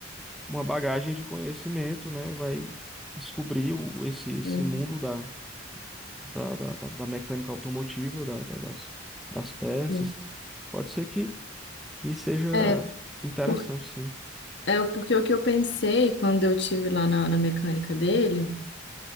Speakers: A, in the centre; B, on the left.
A: uma bagagem de conhecimento, né? Vai descobrir o, esse, esse
B: sim,
A: mundo da, da, da, da- da mecânica automotiva, da, da- das, das peças.
B: sim.
A: Pode ser que, que seja
B: É,
A: interessante,
B: por,
A: sim.
B: é porque o que eu pensei quando eu tive lá na na mecânica dele.